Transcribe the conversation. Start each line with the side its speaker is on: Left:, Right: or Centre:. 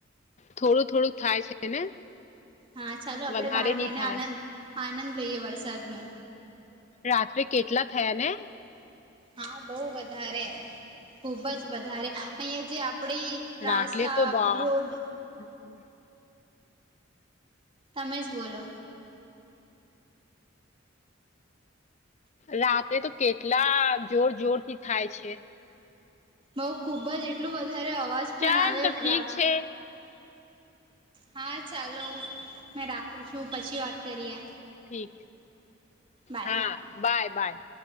Left: થોડું થોડું થાય છે ને.
Right: હા ચાલો આપણેે
Left: વધારે
Right: બહાર લઈને
Left: નહી થાય
Right: આનંદ આનંદ લહીએ વરસાદનો.
Left: રાત્રે કેટલા થયા ને.
Right: હા બવુ વધારે. ખુબ જ વધારે અહીં જે આપડી રાસ
Left: રાટલે તો બ
Right: રોડ.
Left: <inaudible>
Right: તમે જ બોલો.
Left: રાત્રે તો કેટલા જોર જોર થી થાય છે.
Right: બઉ ખુબ જ એટલું વધારે અવાજ પણ
Left: ચાલ
Right: આવે
Left: તો ઠીક
Right: રાત.
Left: છે
Right: હા ચાલો મેં રાખું છું પછી વાત કરીએ.
Left: ઠીક
Right: બાય
Left: હા બાય બાય.